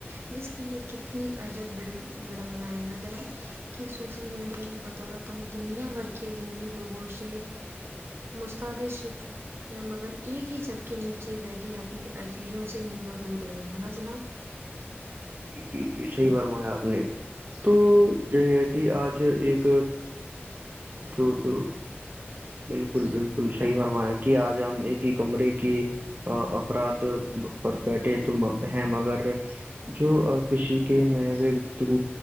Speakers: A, on the right (about 65°); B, on the right (about 50°).
A: جس کی یہ کتنی عجب بڈمبنا ہے نا جناب کہ سوسل میڈیا کی بدولت ہم دنیا بھر کے اجنبی لوگوں سے مستدش ہے مگر ایک ہی چت کے نیچے بیٹھے اپنے عجیزوں سے ملو دور رہے ہیں نا جناب
B: جی جی جی صحیح فرمایا آپ نے تو یہ کہ آج ایک <inaudible> بالکل بالکل صحیح فرمایا کہ آج ہم ایک کمرے کی افراد پر بیٹھے تو ہیں مگر جو کسی کے م گفتگ